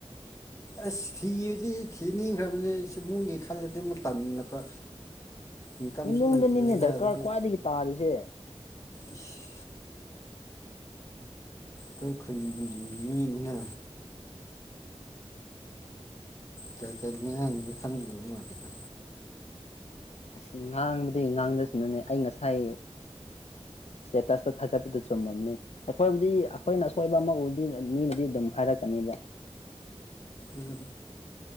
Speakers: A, on the left; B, on the left.
A: ꯑꯁ ꯊꯤꯕꯗꯤ ꯊꯤꯅꯤꯡꯈ꯭ꯔꯕꯅꯤ ꯑꯩ ꯏꯃꯨꯡꯒꯤ ꯈꯜꯂꯗꯤ ꯑꯃꯨꯛ ꯇꯜꯂꯛꯄ ꯏꯟꯀꯝꯁꯨꯨ
B: ꯏꯃꯨꯡꯗꯅꯤꯅꯦ
A: ꯂꯩꯇ꯭ꯔꯤ ꯀꯗꯥꯢꯗꯥꯒꯤ
B: ꯗꯔꯀꯥꯔ ꯈ꯭ꯋꯥꯏꯗꯒꯤ ꯇꯥꯔꯤꯁꯦ
A: ꯏꯁ ꯑꯩꯈꯣꯏ ꯈꯨꯟꯒꯤ ꯃꯤꯅꯤꯅ ꯀꯩ ꯀꯔꯤ ꯉꯥꯡꯅꯤꯅ ꯈꯪꯗꯕ ꯃꯥꯜꯂꯤꯗ
B: ꯑꯁ ꯉꯥꯡꯕꯗꯤ ꯉꯥꯡꯖꯁꯥꯅꯨꯅꯦ ꯑꯩ ꯉꯁꯥꯏ ꯑꯌꯨꯛ ꯁꯇꯦꯇꯁ ꯇꯥ ꯊꯥꯒꯠꯄꯥꯗꯨ ꯆꯨꯝꯃꯝꯅꯦ ꯑꯩꯈꯣꯏꯕꯨꯗꯤ ꯑꯩꯈꯣꯏꯅ ꯑꯁꯣꯏꯕ ꯑꯃ ꯎꯔꯗꯤ ꯃꯤꯅꯗꯤ ꯑꯗꯨꯝ ꯍꯥꯏꯔꯛꯀꯅꯦꯕ
A: ꯎꯝ